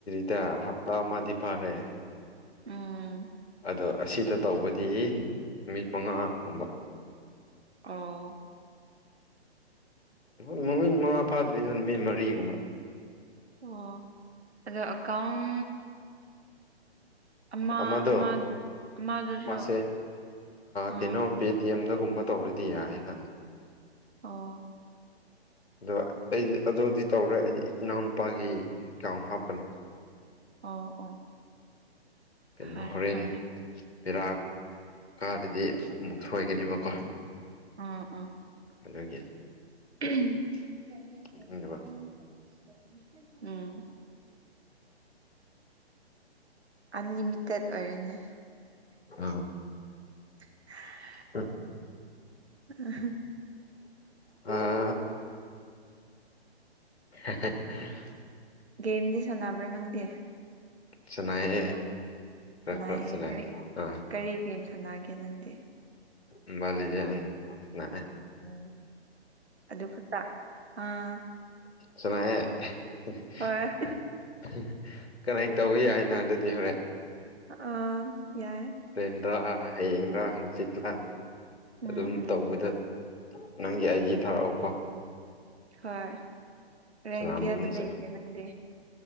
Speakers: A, on the left; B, on the right.
A: ꯗ ꯍꯞꯇꯥ ꯑꯃꯗꯤ ꯐꯔꯦ
B: ꯎꯝ
A: ꯑꯗꯣ ꯑꯁꯤꯗ ꯇꯧꯕꯗꯤ ꯅꯨꯃꯤꯠ ꯃꯉꯥꯒꯨꯝꯕ
B: ꯑꯣ
A: ꯣꯏ ꯅꯨꯃꯤꯠ ꯃꯉꯥ ꯐꯥꯗ꯭ꯔꯤꯗꯅ ꯅꯨꯃꯤꯠ ꯃꯔꯤꯒꯨꯝꯕ
B: ꯑꯣ ꯑꯗꯣ ꯑꯦꯀꯥꯎꯟ ꯑꯃ
A: ꯑꯃꯗꯣ
B: ꯑꯃꯗ ꯑꯃꯗꯨꯁꯨ
A: ꯑꯃꯁꯁꯦ
B: ꯑꯥ
A: ꯀꯩꯅꯣ ꯄꯦꯇꯤꯑꯦꯝꯗꯒꯨꯝꯕ ꯇꯧꯔꯗꯤ ꯌꯥꯏ ꯍꯥꯏ
B: ꯑꯣ
A: ꯑꯗꯣ ꯑꯩꯗꯤ ꯑꯗꯨꯗꯤ ꯇꯧꯔꯣꯏ ꯑꯩꯗꯤ ꯏꯅꯥꯎꯅꯨꯄꯥꯒꯤ ꯑꯦꯀꯥꯎꯟ ꯍꯥꯞꯀꯅꯤ
B: ꯑꯣ ꯑꯣ
A: ꯀꯩꯅꯣ
B: ꯐꯔꯦ
A: ꯍꯣꯔꯦꯟ
B: ꯐꯔꯦ
A: ꯄꯦꯔꯥ ꯀꯥꯔꯗꯤ ꯑꯃꯨꯛ ꯁꯣꯏꯒꯅꯦꯕꯀꯣ
B: ꯑꯥ ꯑꯥ
A: ꯑꯗꯨꯒꯤ
B: <unintelligible>
A: ꯍꯥꯞꯅꯤꯡꯗꯕ
B: ꯎꯝ ꯑꯟꯂꯤꯃꯤꯇꯦꯠ ꯑꯣꯏꯔꯦꯅꯦ
A: ꯑꯥ
B: <unintelligible>
A: ꯎꯝ <unintelligible>
B: <unintelligible>
A: ꯑꯥ <unintelligible>
B: ꯒꯦꯝꯗꯤ ꯁꯥꯟꯅꯕ꯭ꯔꯥ ꯅꯪꯗꯤ
A: ꯁꯥꯟꯅꯩꯌꯦ ꯈꯔ
B: ꯁꯥꯟꯅꯩꯌꯦ
A: ꯈꯔ ꯁꯥꯟꯅꯩ
B: ꯀꯔꯤ
A: ꯑꯥ
B: ꯀꯔꯤ ꯒꯦꯝ ꯁꯥꯟꯅꯒꯦ ꯅꯪꯗꯤ
A: ꯃꯣꯕꯥꯏꯜꯂꯤꯖꯦꯟ ꯁꯥꯟꯅꯩꯌꯦ
B: ꯎꯝ ꯑꯗꯨ ꯈꯛꯇꯥ ꯑꯥ
A: ꯁꯥꯟꯅꯩꯑꯦ <unintelligible> <unintelligible>
B: ꯍꯣꯏ
A: ꯀꯅꯥꯏ ꯇꯧꯕ ꯌꯥꯏꯌꯦꯅ ꯑꯗꯨꯗꯤ ꯍꯣꯔꯦꯟ
B: ꯑꯥꯝ ꯌꯥꯏꯌꯦ
A: ꯄꯦꯟꯗ꯭ꯔꯥ ꯍꯌꯦꯡꯔꯥ ꯍꯪꯆꯤꯠꯂꯥ
B: ꯎꯝ
A: ꯑꯗꯨꯝ
B: ꯎꯝ
A: ꯇꯧꯕꯗ ꯅꯪꯒꯤ ꯑꯥꯏꯖꯤ ꯊꯥꯔꯛꯑꯣꯀꯣ
B: ꯍꯣꯏ ꯔꯦꯡ
A: ꯁꯅꯥꯃꯤꯟꯅꯁꯦ
B: ꯀꯌꯥꯗ ꯂꯩꯒꯦ ꯅꯪꯗꯤ